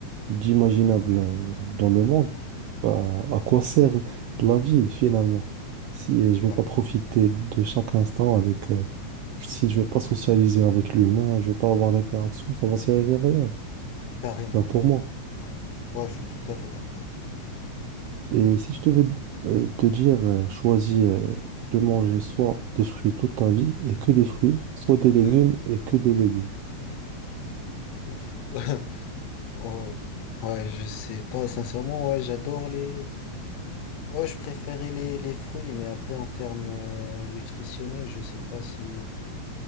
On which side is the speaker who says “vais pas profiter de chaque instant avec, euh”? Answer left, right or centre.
Right